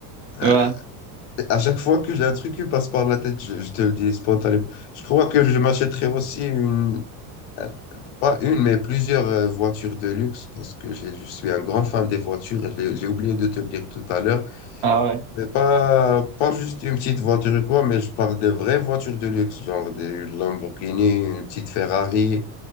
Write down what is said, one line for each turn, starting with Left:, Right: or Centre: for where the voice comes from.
Left: Euh,
Right: Ouais,
Left: à chaque fois que j'ai un truc qui passe par la tête, je, je te le dis spontanément, je crois que je m'achèterais aussi une, Euh, Pas une, mais plusieurs euh, voitures de luxe, parce que j'ai- je suis un grand fan des voitures. et J'ai j'ai oublié de te le dire tout à l'heure.
Right: ah ouais,
Left: Mais pas, pas juste une petite voiture ou quoi, mais je parle des vraies voitures de luxe, genre des Lamborghini, une petite Ferrari, une